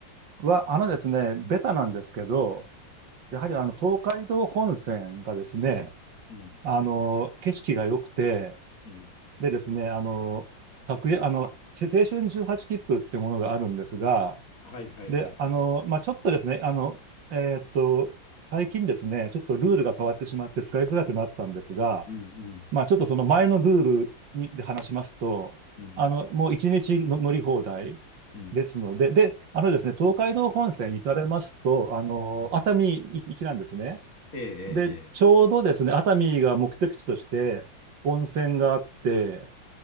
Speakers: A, on the right; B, on the left.
A: は、あのですね、ベタなんですけど、やはりあの、東海道本線がですね、
B: うん、うん、
A: あの、景色が良くて、
B: うん。
A: でですね、あの、各駅あの、せ青春18切符っていうものがあるんですが、
B: はいはいはいはい。
A: で、あの、まあ、ちょっとですね、あの、えーっと、最近ですね、ちょっとルールが変わってしまって使いづらくなったんですが、
B: うん、うん、
A: まあ、ちょっとその前のルールにで話しますと、
B: うん、
A: あの、もう一日の乗り放題
B: うん。
A: ですので、で、あのですね、東海道本線に行かれますと、あの、
B: うん
A: 熱海行きなんですね。
B: ええ
A: で、ちょうどですね、熱海が目的地として温泉があって、